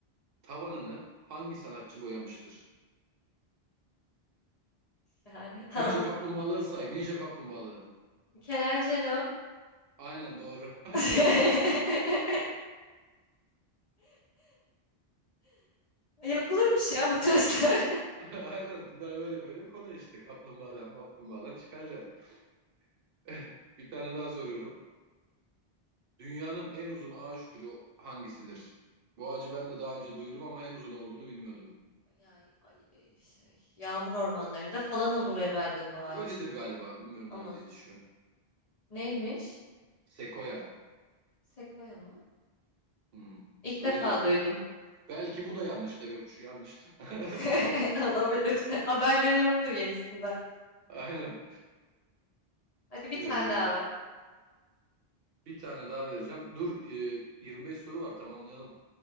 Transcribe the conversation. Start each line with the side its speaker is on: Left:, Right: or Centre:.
Right: tavanını hangi sanatçı boyamıştır?
Left: Yani <laughs>
Right: Ninja
Left: al-
Right: kaplumbağaları say. Ninja kaplumbağaları.
Left: Michelangelo.
Right: Aynen doğru. <laughs>
Left: <laughs> Yapılırmış ya bu testler. <laughs>
Right: Aynen bunlar böyle böyle kolay işte. Kaplumbağadan kaplumbağadan çıkaracaksın. <laughs> Bir tane daha soruyorum. Dünyanın en uzun ağaç türü hangisidir? Bu ağacı ben de daha önce duydum ama en uzun olduğunu bilmiyordum.
Left: Ya, ay, şey, yağmur ormanlarında
Right: Zor.
Left: falan olur herhalde bu ağaç.
Right: Öyledir galiba. Bilmiyorum
Left: Ama
Right: nerede yetişiyor.
Left: neymiş?
Right: Sekoya.
Left: Sekoya mı?
Right: Hmm,
Left: İlk
Right: öyle
Left: defa
Right: diyor.
Left: duydum.
Right: Belki bu da yanlış deve kuşu yanlış. da. <laughs>
Left: <laughs> Olabilir. Haberleri yoktur yenisinden.
Right: Aynen.
Left: Hadi bir
Right: Ee,
Left: tane daha ver.
Right: bir tane daha vereceğim. Dur e, 25 soru var tamamlayalım.